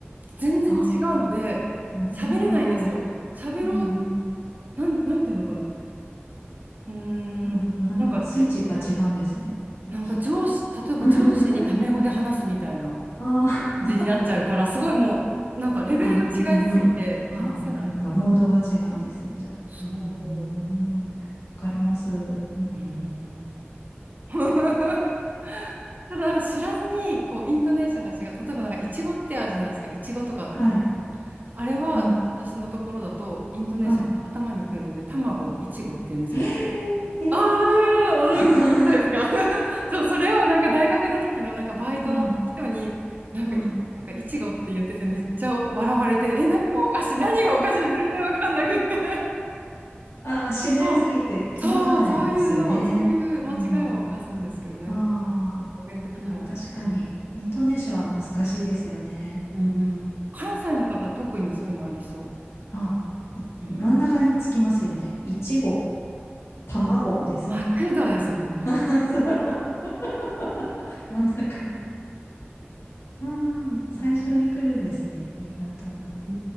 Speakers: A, on the right (about 40°); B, on the left (about 70°).
A: 全然違うので、
B: ああ、なるほど。
A: 喋れないんですよ。
B: うん
A: 喋ろう、
B: うん
A: なん、なんていうのかな。うーん、
B: あ、なんかスイッチが違うんですね。
A: なんか、た
B: で、
A: なんか上司、
B: きっと。
A: 例えば上司にタメ語で話すみたいな。
B: <laughs> あー
A: じになっちゃうから、すごいもう、なんかレベルが違いすぎて話せない。
B: あ、うんうん。ああなんかモードが違うんですね、じゃあ。
A: そ
B: うーん、わかります。うんうん、
A: う。うーん。<laughs> ただなんか知らずに、こう、イントネーションが違う。例えばなんか、イチゴってあるじゃないですか。イチゴとか卵。
B: はい。
A: あれは、
B: うん。
A: 私のところだと、イントネーションが頭にくるので、
B: はい。
A: 卵、イチゴって言うんですよ。
B: へえ。へ
A: ああ、
B: ー
A: 驚くとこですか。
B: <laughs>
A: <laughs> そう、それをなんか大学の時のなんかバイトの人に、
B: うん。
A: なんかい、
B: うん。
A: なんかいちごって言っててめっちゃ笑われて、え、何がおかしい、何がおかしい、全然わかんなくって。
B: あー、自然すぎて気づかないですよね。
A: そう、そうそういうの、そういう間違いは犯すんですけどね、
B: うん。ああ、
A: 普通の方言的には。
B: あー確かに、
A: うん
B: イントネーションは難しいですよね。
A: うんうん。関西の方、特にそういうのありそ
B: あ、い真ん中につきますよね。
A: う。うん。
B: いちご、卵ですね。
A: マクドですよね、マク。
B: <laughs> 真ん中に。うん、最初に来るんですね。
A: マク
B: 新潟の。
A: う